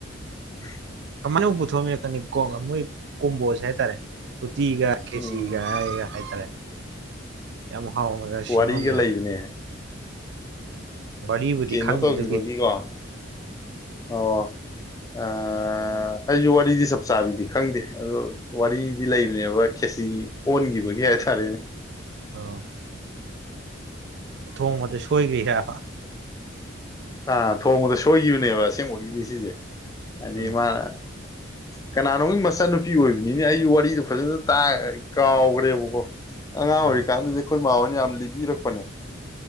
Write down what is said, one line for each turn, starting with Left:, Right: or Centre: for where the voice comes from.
Left: ꯎ
Right: ꯀꯃꯥꯏꯅꯕꯨ ꯄꯨꯊꯣꯛꯑꯝꯃꯤꯅꯣ ꯈꯪꯗꯦ ꯃꯣꯏ ꯀꯣꯝꯕꯣꯖꯦ ꯍꯥꯏꯇꯥꯔꯦ ꯎꯇꯤꯒ ꯈꯦꯆꯤꯒ
Left: ꯎꯝ
Right: ꯍꯥꯏꯔꯒꯥ ꯍꯥꯏꯇꯥꯔꯦ ꯌꯥꯝ ꯍꯥꯎꯅꯒ
Left: ꯋꯥꯔꯤꯒ
Right: ꯁꯦꯝꯃꯝꯃꯦꯕ
Left: ꯂꯩꯕꯅꯦ
Right: ꯋꯥꯔꯤꯕꯨꯗꯤ
Left: ꯀꯩꯅꯣ
Right: ꯈꯪꯗ꯭ꯔꯦ
Left: ꯇꯧꯒꯤꯕꯒꯤꯀꯣ
Right: ꯑꯗꯨꯒꯤ
Left: ꯑꯣ ꯑꯩꯖꯨ ꯋꯥꯔꯤꯗꯤ ꯆꯞ ꯆꯥꯕꯤꯗꯤ ꯈꯪꯗꯦ ꯑꯗꯣ ꯋꯥꯔꯤꯗꯤ ꯂꯩꯕꯅꯦꯕ ꯈꯦꯆꯤ ꯑꯣꯟꯒꯤꯕꯒꯤ ꯍꯥꯏꯇꯥꯔꯦꯅꯦ
Right: ꯑꯣ ꯊꯣꯡꯕꯗ ꯁꯣꯏꯒ꯭ꯔꯤꯔꯥꯕ
Left: ꯑꯥ ꯊꯣꯡꯕꯗ ꯁꯣꯏꯒꯤꯕꯅꯦꯕ ꯑꯁꯦꯡꯕꯒꯤꯗꯤ ꯁꯤꯁꯦ ꯍꯥꯏꯗꯤ
Right: ꯎꯝ
Left: ꯃꯥꯅ ꯀꯅꯥꯅꯣꯝꯒꯤ ꯃꯆꯥꯟꯅꯨꯄꯤ ꯑꯣꯏꯕꯅꯤꯅꯦ ꯑꯩꯖꯨ ꯋꯥꯔꯤꯗꯣ ꯐꯖꯅ ꯇ ꯀꯥꯎꯒ꯭ꯔꯦꯕꯀꯣ ꯑꯉꯥꯡ ꯑꯣꯏꯔꯤꯀꯟꯗꯅꯦ
Right: ꯎꯝ
Left: ꯑꯩꯈꯣꯏ ꯃꯥ ꯍꯣꯏꯅ ꯌꯥꯝ ꯂꯤꯕꯤꯔꯛꯄꯅꯦ